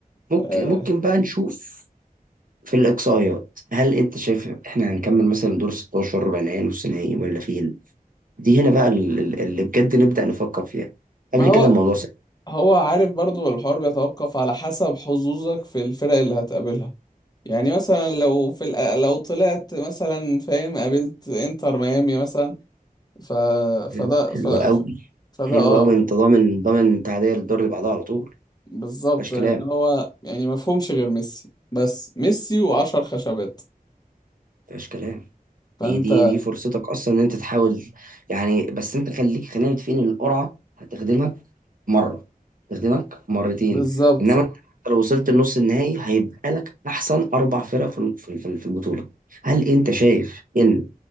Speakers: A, on the right; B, on the left.
A: ممكن
B: آه.
A: ممكن بقى نشوف في الاقصائيات هل انت شايف احنا هنكمل مثلا دور 16 ربع نهائي نص نهائي ولا فين دي هنا بقى ال- ال- اللي بجد نبدا نفكر فيها
B: ما
A: قبل
B: هو
A: كده الموضوع سهل
B: هو عارف برضو الحوار بيتوقف على حسب حظوظك في الفرق اللي هتقابلها يعني مثلا لو في الأ- لو طلعت مثلا فاهم قابلت انتر ميامي مثلا ف فده
A: حلو حلو
B: ف... ف-
A: قوي
B: فده
A: حلو
B: اه
A: قوي انت ضامن ضامن تعدية للدور اللي بعدها على طول
B: بالظبط
A: مفيهاش كلام
B: ان هو يعني مفهومش غير ميسي بس ميسي وعشر خشبات
A: مفيهاش كلام
B: فانت
A: دي دي دي فرصتك اصلا ان انت تحاول يعني بس انت خليك خلينا متفقين ان القرعه هتخدمك مره تخدمك مرتين
B: بالظبط
A: انما انت حتى لو وصلت لنص النهائي هيبقى لك احسن اربع فرق في في في في البطوله هل انت شايف ان